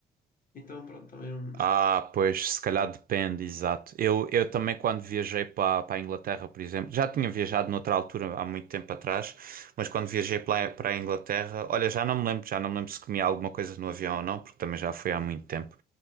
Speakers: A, on the left; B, on the right.
A: Então, pronto, também não.
B: Ah, pois, se calhar depende, exato. Eu, eu também, quando viajei para para a Inglaterra, por exemplo, já tinha viajado noutra altura, há muito tempo atrás, mas quando viajei para para a Inglaterra, olha, já não me lembro, já não me lembro se comia alguma coisa no avião ou não, porque também já foi há muito tempo.